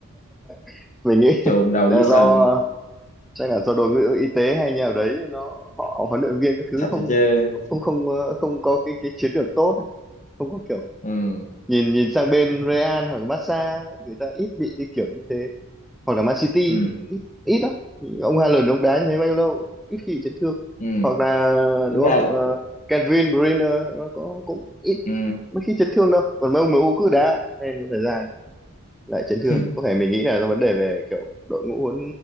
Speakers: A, in the centre; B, on the left.
A: <laughs> mình nghĩ
B: chôn đầu
A: là
B: dưới sân
A: do chắc là do đội ngũ y tế hay nhà đấy nó họ huấn luyện viên các thứ
B: thật
A: không
B: rồi chứ
A: không không ờ, không có cái cái chiến lược tốt không có kiểu
B: ừ
A: nhìn nhìn sang bên Real hoặc Barca ấy, người ta ít bị cái kiểu như thế hoặc là Man City
B: ừ
A: ít ít lắm ông Haaland ông đá như thế bao nhiêu lâu ít khi bị chấn thương
B: ừ
A: hoặc là
B: tính
A: đúng
B: ra
A: không
B: là
A: uh, Kevin De Bruyne nó có cũng ít
B: ừ
A: mấy khi chấn thương đâu còn mấy ông em U cứ đá nên một thời gian lại chấn thương
B: <laughs>
A: có thể mình nghĩ là do vấn đề về kiểu đội ngũ huấn